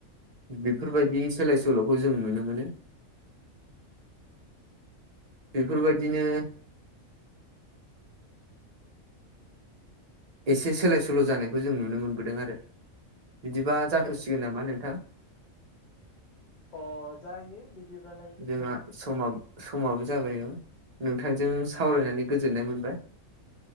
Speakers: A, on the right (about 40°); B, on the left (about 45°).
A: बेफोरबायदि सोलाय सोल'खौ जों नुनो मोनो बेफोरबायदिनो एसे सोलाय सोल जानायखौ जों नुनो मोनबोदों आरो बिदिबा जाथ'सिगोन
B: औ
A: नामा नोंथां
B: अ जायो बिदिब्लालाय
A: जोंहा
B: नों
A: समा समाबो जाबाय नोंथांजों सावरायनानै गोजोननाय मोनबाय